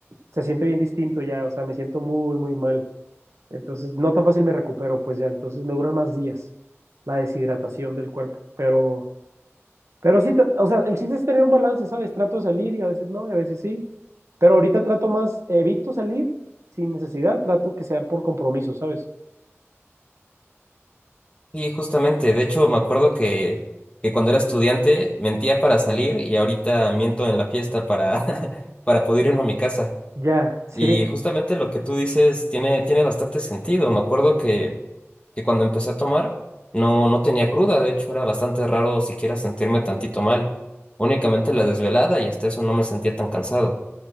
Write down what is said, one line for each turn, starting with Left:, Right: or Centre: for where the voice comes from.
Right: se siente bien distinto ya, o sea, me siento muy, muy mal. Entonces, no tan fácil me recupero, pues ya, entonces me duran más días la deshidratación del cuerpo. Pero, pero sí, tra- o sea, el chiste es tener un balance, ¿sabes? Trato de salir y a veces no, y a veces sí. Pero ahorita trato más, evito salir sin necesidad, trato que sea por compromiso, ¿sabes?
Left: Sí, justamente. De hecho, me acuerdo que, que cuando era estudiante mentía para salir y ahorita miento en la fiesta para, <laughs> para poder irme a mi casa.
Right: Ya, <laughs> sí,
Left: Y justamente lo que tú dices tiene, tiene bastante sentido. Me acuerdo que, que cuando empecé a tomar no, no tenía cruda, de hecho era bastante raro siquiera sentirme tantito mal. Únicamente la desvelada y hasta eso no me sentía tan cansado.